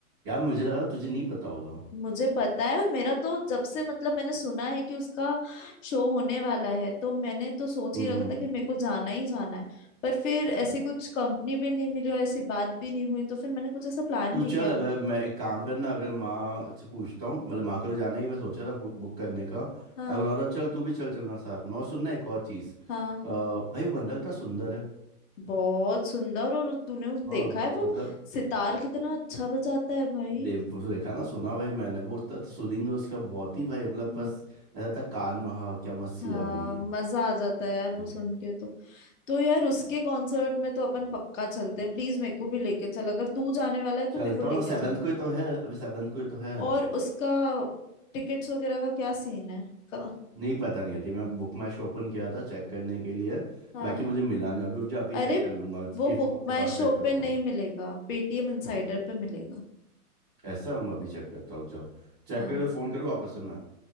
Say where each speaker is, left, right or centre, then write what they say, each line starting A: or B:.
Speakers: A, on the right (about 15°); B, on the left (about 55°).
A: यार मुझे लगा था तुझे नहीं पता होगा
B: मुझे पता है और मेरा तो जब से मतलब मैंने सुना है कि उसका शो होने वाला है तो मैंने तो सोच
A: हम्म
B: ही रखा
A: हम्म।
B: था कि मेरे को जाना ही जाना है पर फिर ऐसे कुछ कंपनी भी नहीं मिली और ऐसी बात भी नहीं हुई तो फिर मैंने कुछ ऐसा प्लान
A: तू
B: नहीं
A: चल
B: किया
A: अगर मैं एक काम करना अगर माँ से पूछता हूँ मतलब माँ को तो जाना ही मैं सोचा था बु- बुक करने का
B: हाँ
A: अगर वाला चल तू भी चल चलना साथ में और सुनना एक और चीज़
B: हाँ
A: अ, भाई वो बंदा कितना सुंदर है
B: बहुत सुंदर और तूने उस
A: हाँ
B: देखा है वो
A: मतलब
B: सितार कितना अच्छा बजाता है भाई
A: देव वो तो देखा ना सुना भाई मैंने वो इतना तो सुनेंगे उसका बहुत ही भाई मतलब
B: हम्म,
A: बस ऐसा था कान में हाँ क्या मस्त
B: हाँ
A: चीज आ गई है
B: मजा आ जाता है यार वो
A: हम्म।
B: सुन के तो तो यार उसके कॉन्सर्ट में तो अपन पक्का चलते हैं प्लीज मेरे को भी लेके चल अगर तू जाने वाला है तो
A: चलता
B: मेरे को लेके
A: हूँ ना सेवन्थ
B: चलना
A: को ही तो है अभी सेवन्थ को ही तो है
B: और उसका टिकट्स वगैरह का क्या सीन है का
A: नहीं पता नहीं आती मैं बुक माई शो ओपन किया था चेक करने के लिए
B: हाँ
A: बाकी मुझे मिला नहीं अभी रुक जाओ अभी
B: अरे
A: चेक कर लूंगा मैं
B: वो
A: ये फोन
B: बुक
A: के
B: माई
A: बाद
B: शो
A: चेक करता
B: पे नहीं
A: हूँ
B: मिलेगा पेटीएम इनसाइडर पे मिलेगा
A: ऐसा मैं अभी चेक करता हूँ रुक जाओ चेक
B: हाँ
A: करे तो फोन करूँ वापस से मैं